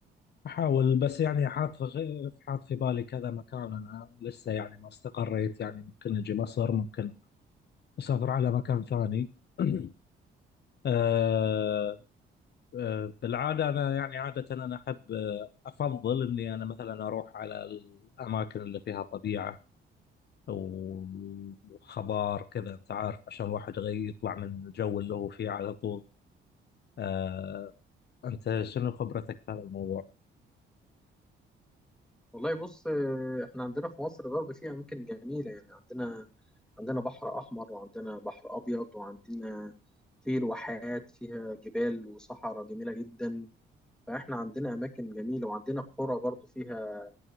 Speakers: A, on the left; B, in the centre.
A: أحاول بس يعني حاط في غ- حاط في بالي كذا مكان أنا لسه يعني ما استقريت يعني ممكن أجي مصر ممكن أسافر على مكان ثاني <clears throat> أه أه بالعادة أنا يعني عادة أنا أحب آه، أفضل إني أنا مثلا أروح على الأماكن اللي فيها طبيعة و- وخضار كذا أنت عارف عشان الواحد غي- يطلع من الجو اللي هو فيه على طول أه أنت شنو خبرتك في هذا الموضوع؟
B: والله بص آه، احنا عندنا في مصر برضه في اماكن جميله يعني عندنا عندنا بحر احمر وعندنا بحر ابيض وعندنا في الواحات فيها جبال وصحراء جميله جدا فاحنا عندنا اماكن جميله وعندنا قرى برضه فيها